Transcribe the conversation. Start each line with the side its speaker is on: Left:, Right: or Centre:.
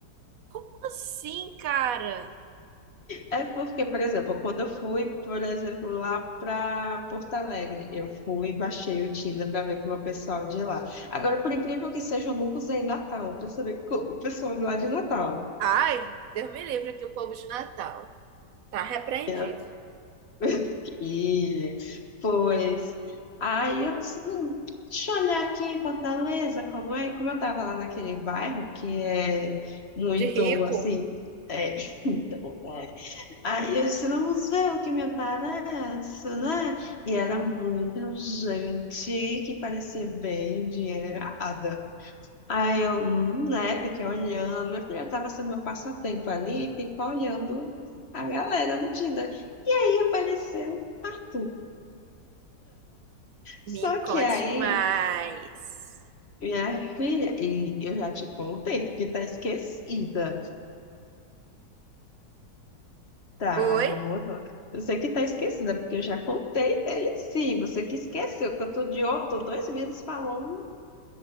Right: Como assim, cara?
Left: É porque, por exemplo, quando eu fui, por exemplo, lá para Porto Alegre, eu fui e baixei o Tinder para ver com o pessoal de lá. Agora, por incrível que seja, eu nunca usei Natal para saber como o pessoal de lá de Natal.
Right: Ai, Deus me livre aqui o povo de Natal. Tá repreendido.
Left: É. <laughs> E, pois, aí eu disse, "Hum, deixa eu olhar aqui em Fortaleza, como é? Como eu estava lá naquele bairro que é muito,
Right: De rico?
Left: assim, é, <laughs> Aí eu disse, vamos ver o que me aparece, né? E era muita gente que parecia bem endinheirada. Aí eu, hum, né, fiquei olhando, eu já estava sendo meu passatempo ali, ficar olhando a galera no Tinder. E aí apareceu Arthur.
Right: Me
Left: Só que
Right: conte
Left: aí,
Right: mais.
Left: minha filha, e eu já te contei, porque tá esquecida. Tá,
Right: Oi,
Left: mas vamos lá. Você que tá esquecida, porque eu já contei ele sim. Você que esqueceu, que eu tô de ó, tô dois meses falando.